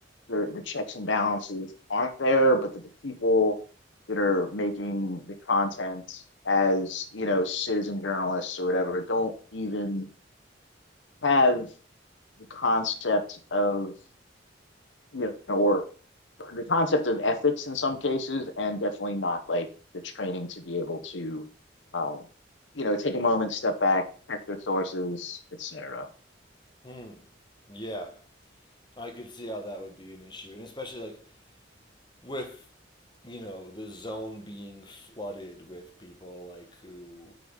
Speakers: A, on the left; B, on the left.
A: the, the checks and balances aren't there, but that the people that are making the content as, you know, citizen journalists or whatever don't even have the concept of, you know, or the concept of ethics in some cases, and definitely not like the training to be able to, um, you know, take a moment, step back, check their sources, etc.
B: Hmm. Yeah, I could see how that would be an issue, and especially like with you know the zone being flooded with people like who